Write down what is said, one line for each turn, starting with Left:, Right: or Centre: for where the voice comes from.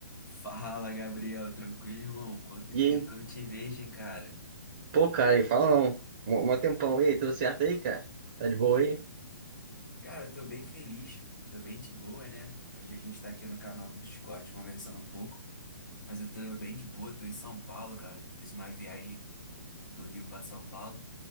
Left: Fala, Gabriel. Tranquilo, irmão? Quanto
Right: E
Left: tempo
Right: aí,
Left: que eu não te vejo, hein, cara?
Right: pô, cara, e fala não. Mó mó tempão. E aí, tudo certo aí, cara? Tá de boa aí?
Left: Cara, eu tô bem feliz. Tô bem de boa, né? Hoje a gente tá aqui no canal do Discord conversando um pouco. Mas eu tô bem de boa. Tô em São Paulo, cara. Fiz uma viagem do Rio pra São Paulo.